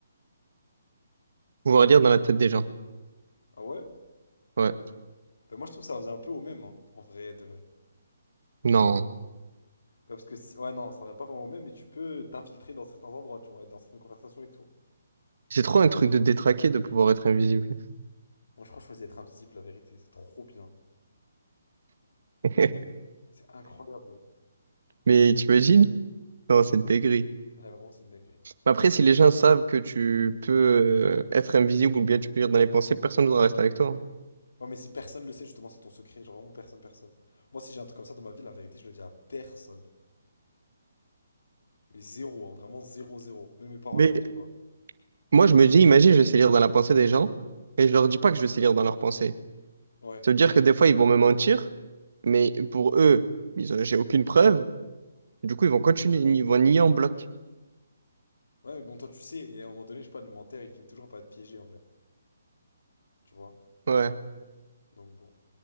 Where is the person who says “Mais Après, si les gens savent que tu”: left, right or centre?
Right